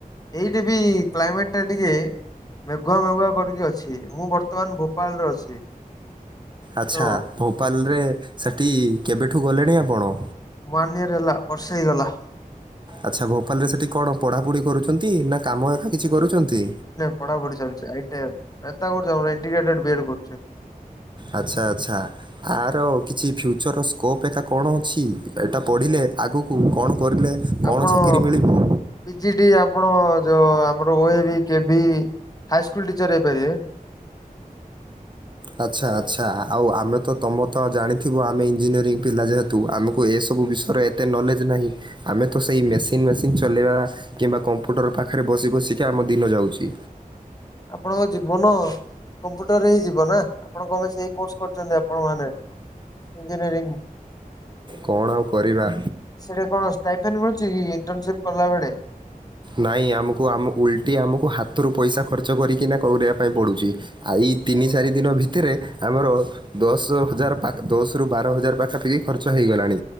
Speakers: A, on the left (about 25°); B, on the right (about 30°).
A: ଏଇଟି ବି କ୍ଲାଇମେଟ୍ ଟା ଟିକେ ମେ ଘୁଆ ମେଘୁଆ କରିକି ଅଛି। ମୁଁ ବର୍ତ୍ତମାନ ଭୋପାଳରେ ଅଛି।
B: ଆଚ୍ଛା,
A: ତ
B: ଭୋପାଲରେ ସେଟି କେବେଠୁ ଗଲେଣି ଆପଣ?
A: ୱାନ୍ ଇୟର୍ ହେଲା, ବର୍ଷେ ହେଇଗଲା।
B: ଆଚ୍ଛା, ଭୋପାଲରେ ସେଟି କଣ ପଢାପଢି କରୁଛନ୍ତି, ନା କାମ ଏକା କିଛି କରୁଛନ୍ତି?
A: ପଢା ପଢି ଚାଲିଚି ଆଇଟାର <unintelligible> ଇଣ୍ଟିଗ୍ରେଟେଡ୍ ବିଏଡ୍ କରୁଛି।
B: ଆଚ୍ଛା, ଆଚ୍ଛା। ଆର କିଛି ଫ୍ୟୁଚର୍ ସ୍କୋପ୍ ଏକା କଣ ଅଛି? ଏଟା ପଢ଼ିଲେ ଆଗକୁ କଣ କରିଲେ କ'ଣ
A: ଆପଣ
B: ଚାକିରି ମିଳିବ
A: ପିଜି ଟି ଆପଣ ଯୋଉ ଆମର ଓ ଏ ବି କେଭି ହାଇସ୍କୁଲ ଟିଚର ହେଇପାରିବେ।
B: ଆଚ୍ଛା ଆଚ୍ଛା ଆଉ ଆମେ ତ ତମ ତ ଜାଣିଥିବ ଆମେ ଇଞ୍ଜିନିୟରିଂ ପିଲା ଯେହେତୁ ଆମକୁ ଏସବୁ ବିଷୟରେ ଏତେ ନଲେଜ୍ ନାହିଁ। ଆମେ ତ ସେଇ ମେସିନ ମେସିନ୍ ଚଲେଇବା କିମ୍ବା କମ୍ପ୍ୟୁଟର ପାଖରେ ବସି ବସିକି ଆମ ଦିନ ଯାଉଛି।
A: ଆପଣଙ୍କ ଜୀବନ କମ୍ପ୍ୟୁଟରରେ ହିଁ ଯିବ ନା। ଆପଣ କଣ ପାଇଁ ସେଇ କୋର୍ସ କରିଛନ୍ତି ଆପଣ ମାନେ ଇଞ୍ଜିନିୟରିଂ।
B: କଣ ଆଉ କରିବା।
A: ସେଟି କଣ ଷ୍ଟାଇଫେନ୍ ମିଳୁଛି କି ଇଣ୍ଟରନସିପ୍ କଲା ବେଳେ?
B: ନାଇଁ ଆମକୁ ଆମ ଉଲଟି ଆମକୁ ହାତରୁ ପଇସା ଖର୍ଚ୍ଚ କରିକିନା କରିବା ପାଇଁ ପଡୁଛି। ଆଇ ତିନି ଚାରି ଦିନ ଭିତରେ ଆମର ଦଶ ହଜାର ପାକ୍ ଦଶ ରୁ ବାର ହଜାର ପାଖାପାଖି ଖର୍ଚ୍ଚ ହେଇଗଲାଣି।